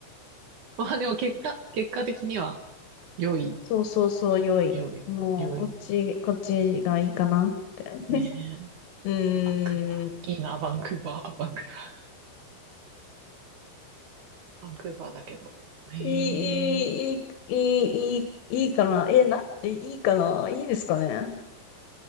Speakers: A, on the right; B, on the left.
A: まあでも結果、結果的には、良い、
B: そうそうそう、良い。
A: 良い、
B: もう、
A: 良い。
B: こっち、こっちがいいかなって。<laughs>
A: ねえ、
B: うーん。
A: バンクーバー。いいな、バンクーバー、バンクーバー。バンクーバーだけど。え
B: いい、
A: え
B: いい、いい、いい、いい、いいかな。え、なんでいいかな。いいですかね。